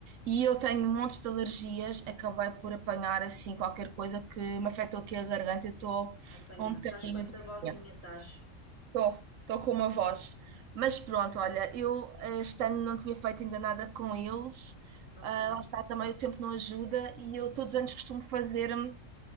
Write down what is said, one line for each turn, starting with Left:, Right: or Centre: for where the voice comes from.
Right: E eu tenho um monte de alergias, acabei por apanhar assim qualquer coisa que me afetou aqui a garganta, eu estou
Left: Apanhar.
Right: um bocadinho
Left: Estás com essa vozinha,
Right: doente.
Left: estás.
Right: Estou, estou com uma voz. Mas pronto, olha, eu eh, este ano não tinha feito ainda nada com eles.
Left: Ok.
Right: Ah, lá está, também o tempo não ajuda e eu todos os anos costumo fazer hum,